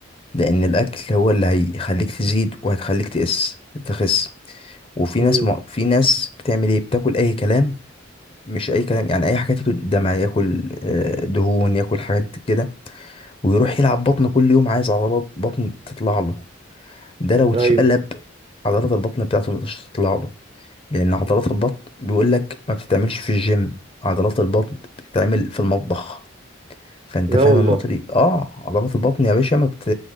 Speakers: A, on the left (about 25°); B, on the right (about 25°).
A: لان الاكل هو اللي هيخليك تزيد وهتخليك تقس تخس وفي
B: امم
A: ناس مع... في ناس بتعمل ايه بتاكل اي كلام مش اي كلام يعني اي حاجات ياكل دمع ياكل آه، دهون ياكل حاجات كده ويروح يلعب بطن كل يوم عايز عضلات بطن تطلع له ده لو اتشقلب
B: ايوه
A: عضلات البطن بتاعته مش تطلع له لان عضلات البطن بيقول لك ما بتتعملش في الجيم عضلات البطن بتتعمل في المطبخ فانت
B: لا
A: فاهم
B: والله
A: النقطه دي اه عضلات البطن يا باشا ما بت-